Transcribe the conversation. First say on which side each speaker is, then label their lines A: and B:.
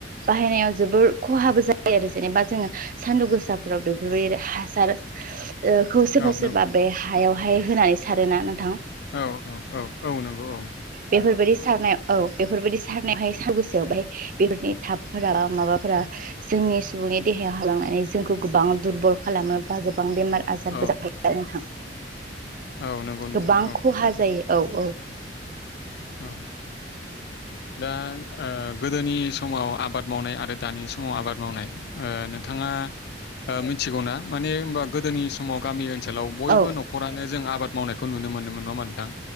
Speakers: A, on the right (about 45°); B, on the left (about 60°).
A: बाहायनायाव जोबोर खहाबो जायो आरो जेनेबा जोङो सानदुं गोसाफोराव बेफोरबायदि हासार ओ खौ सोरबा
B: औ
A: सोरबा
B: नंगौ
A: बे हायावहाय होनानै सारोना नोंथां
B: औ - औ - औ- औ नंगौ औ
A: बेफोरबायदि सारनायाव औ बेफोरबायाददि सारनायावहाय सुसयाव बहाय बेफोरनि थाबफोरा माबाफोरा जों जोंनि सुबुंनि देहायाव हालांनानै जोंखौ गोबां दुरबल खालामो बा गोबां बेमार आजारबो
B: औ
A: <unintelligible> नोंथां
B: औ नंगौ
A: गोबां
B: नोंथां औ
A: खहा
B: औ
A: जायो औ औ
B: औ दा ओ गोदोनि समाव आबाद मावनाय आरो दानि समाव आबाद मावनाय ओ नोंथाङा ओ मिथिगौना माने होनबा गोदोनि समाव गामि ओ ओनसोलाव बयबो
A: औ
B: न'खरानो जों आबाद मावनायखौ नुनो मोनोमोन नङा नोंथां